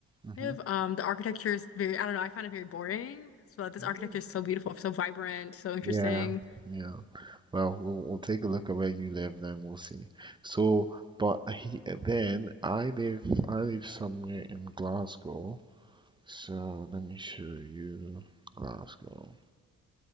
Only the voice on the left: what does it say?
live, um, the architecture is very, I don't know, I find it very boring. So this
architecture is so beautiful, so vibrant, so interesting.